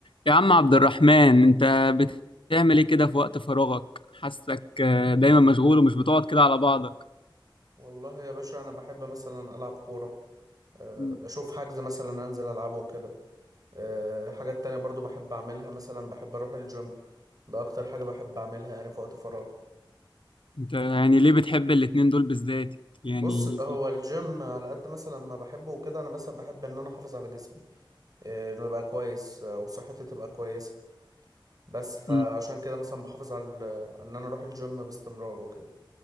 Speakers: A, on the left; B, on the right.
A: يا عم عبد الرحمن انت بتعمل ايه كده في وقت فراغك حاسك آه، دايما مشغول ومش بتقعد كده على بعضك
B: والله يا باشا انا بحب مثلا العب كوره أه
A: م.
B: بشوف حجز مثلا انزل العبه وكده أه حاجات تانية برضو بحب اعملها مثلا بحب اروح الجيم ده اكتر حاجه بحب اعملها يعني في وقت فراغي
A: انت يعني ليه بتحب الاتنين دول بالذات يعني
B: بص هو الجيم على قد مثلا ما بحبه وكده انا مثلا بحب ان انا احافظ على جسمي آه، انه يبقى كويس آه، وصحتي تبقى كويسه بس فعشان
A: م.
B: كده مثلا بحافظ على على ان انا اروح الجيم باستمرار وكده